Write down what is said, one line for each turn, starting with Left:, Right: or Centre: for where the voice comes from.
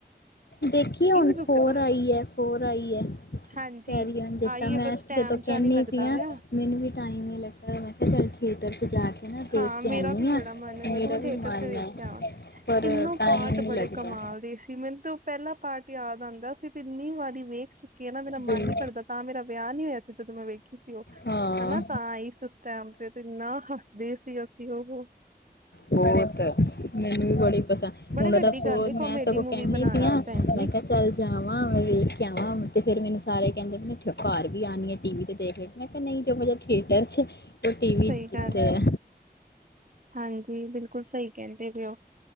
Left: ਦੇਖੀ ਏ ਹੁਣ
Right: ਰੁਕਦਾ।
Left: ਫੋਰ ਆਈ ਏ ਫੋਰ ਆਈ ਏ
Right: ਹਾਂਜੀ
Left: ਕੈਰੀ ਔਨ ਜਟਾ
Right: ਆਈ
Left: ਮੈਂ
Right: ਹੈ ਬਸ ਟੈਮ
Left: ਜਦੋ ਕਹਿੰਨੀ
Right: ਜਿਹਾ ਨੀ ਲੱਗਦਾ
Left: ਪਈ ਆ
Right: ਪਿਆ
Left: ਮੈਨੂੰ ਵੀ ਟਾਈਮ ਨਹੀ ਲੱਗਦਾ ਮੈਂ ਕਿਹਾ ਚੱਲ ਥੀਏਟਰ ੲਚ ਜਾ ਕੇ ਨਾ ਦੇਖ
Right: ਹਾਂ ਮੇਰਾ
Left: ਕੇ ਆਉਂਦੀ
Right: ਵੀ
Left: ਹਾਂ
Right: ਬੜਾ ਮਨ ਏ ਮੈ
Left: ਮੇਰਾ
Right: ਕਿਆ
Left: ਵੀ
Right: ਥੀਏਟਰ
Left: ਮਨ
Right: ਚ ਵੇਖ
Left: ਹੈ
Right: ਕੇ ਆਵਾਂ,
Left: ਪਰ
Right: ਤਿੰਨੋ
Left: ਟਾਈਮ
Right: ਪਾਟ
Left: ਨਹੀਂ
Right: ਬੜੇ
Left: ਲੱਗਦਾ
Right: ਕਮਾਲ ਦੇ ਸੀ ਮੈਨੂੰ ਤੋਂ ਉਹ ਪਹਿਲਾ ਪਾਰਟ ਯਾਦ ਆੰਦਾ ਸੀ, ਕਿਹਨੀ ਵਾਰੀ ਵੇਖ ਚੁੱਕੀ ਕੀ ਏ ਨਾ ਮੇਰਾ ਮਨ
Left: ਬਿਲ
Right: ਨੀ ਭਰਦਾ ਤਾਂ ਮੇਰਾ ਵਿਆਹ ਨੀ ਹੋਇਆ ਸੀ ਜਦੋਂ ਮੈਂ ਵੇਖੀ ਸੀ ਉਹ
Left: ਹਾਂ
Right: ਹੈਂਨਾ ਤਾਂ ਆਈ ਸੀ ਟੈਮ ਤੇ ਤੇ ਇੰਨਾ ਹੱਸਦੇ ਸੀ ਅਸੀਂ ਉਹ ਹੋ
Left: ਮੈਨੂੰ ਵੀ ਬੜੀ ਪਸੰਦ
Right: ਬੜੀ
Left: ਹੁਨ
Right: ਵੱਡੀ
Left: ਉਹਦਾ ਫੋਨ
Right: ਗੱਲ ਏ ਕਾਮੇਡੀ
Left: ਮੈਂ ਸਗੋਂ
Right: ਮੂਵੀ
Left: ਕਹਿੰਨੀ
Right: ਬਣਾਉਣਾ
Left: ਪਇ ਆ
Right: ਵੀ ਭੈਣ ਜੀ
Left: ਮੈਂ ਕਿਹਾ ਕਲ ਜਾਵਾਂ ਵੇਖ ਕੇ ਆਵਾਂ ਤੇ ਫਿਰ ਮੈਨੂੰ ਸਾਰੇ ਕਹਿੰਦੇ ਨੇ ਘਰ ਵੀ ਆਨੀ ਏ ਟੀ-ਵੀ ਤੇ ਦੇਖ ਲਈ ਮੈਂ ਕਿਆ ਨਈ ਜੇ ਮਜਾ ਥੀਏਟਰ 'ਚ ਉਹ ਟੀਵੀ
Right: ਸਹੀ
Left: 'ਚ ਕਿਥੇ
Right: ਗੱਲ
Left: ਐ।
Right: ਏ। ਹਾਂਜੀ, ਬਿਲਕੁਲ ਸਹੀ ਕਹਿੰਦੇ ਪਏ ਓ।